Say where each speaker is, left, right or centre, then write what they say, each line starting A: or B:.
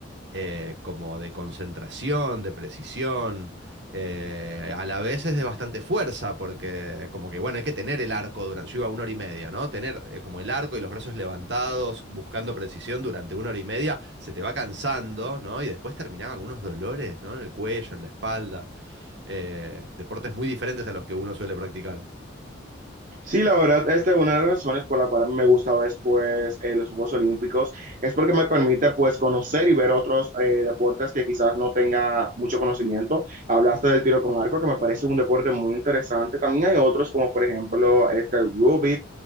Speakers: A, on the right; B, on the right.
A: eh, como de concentración, de precisión. eh, a la vez es de bastante fuerza, porque como que, bueno, hay que tener el arco durante, yo iba una hora y media, ¿no? Tener eh, como el arco y los brazos levantados, buscando precisión durante una hora y media, se te va cansando, ¿no? Y después terminaba con unos dolores, ¿no? En el cuello, en la espalda. eh, deportes muy diferentes a los que uno suele practicar.
B: Sí, la verdad, esta es una de las razones por la cual me gusta ver pues, eh, los Juegos Olímpicos, es porque me permite pues conocer y ver otros eh, deportes que quizás no tenga mucho conocimiento. Hablaste del tiro con arco, que me parece un deporte muy interesante. También hay otros como por ejemplo este el rugby